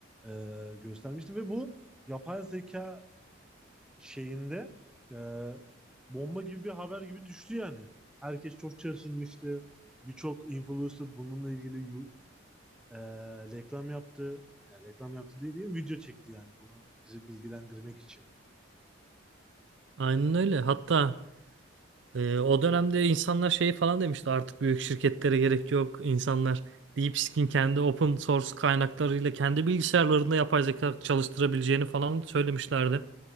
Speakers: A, in the centre; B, on the right.
A: eee, göstermişti ve bu yapay zeka şeyinde eee, bomba gibi bir haber gibi düştü yani. Herkes çok şaşırmıştı. Birçok influencer bununla ilgili ee, reklam yaptı. Yani reklam yaptı diye değil mi? Video çekti yani bunu bizi bilgilendirmek için.
B: Aynen öyle. Hatta e, o dönemde insanlar şey falan demişti artık büyük şirketlere gerek yok. İnsanlar DeepSeek'in kendi open source kaynaklarıyla kendi bilgisayarlarında yapay zeka çalıştırabileceğini falan söylemişlerdi.